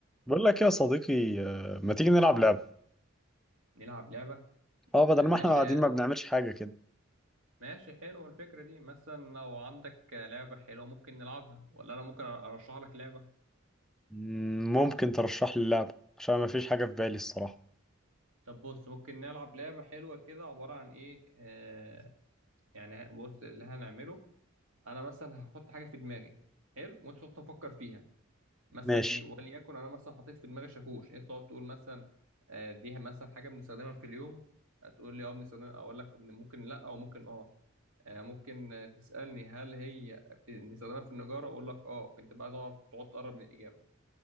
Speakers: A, in the centre; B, on the right (about 80°).
A: بقول لك يا صديقي آه، ما تيجي نلعب لعبة
B: نلعب لعبة
A: اه
B: م-
A: بدل ما
B: ماشي
A: احنا قاعدين ما بنعملش حاجة كده
B: ماشي حلوة الفكرة دي مثلا لو عندك لعبة حلوة ممكن نلعبها ولا أنا ممكن أرشح لك لعبة
A: مم، ممكن ترشح لي اللعبة عشان ما فيش حاجة في بالي الصراحة
B: طب بص ممكن نلعب لعبة حلوة كده عبارة عن إيه آه يعني ه- بص اللي هنعمله أنا مثلا هحط حاجة في دماغي حلو وأنت تقعد تفكر فيها مثلا
A: ماشي
B: ي- وليكن أنا مثلا حطيت في دماغي شاكوش أنت تقعد تقول مثلا آه دي مثلا حاجة بنستخدمها في اليوم هتقول لي أه بنستخدمها أقول لك ممكن لأ أو ممكن أه آه، ممكن آه، تسألني هل هي بت- بنستخدمها في النجارة أقول لك أه فأنت بقى تعرف تقعد تقرب من الإجابة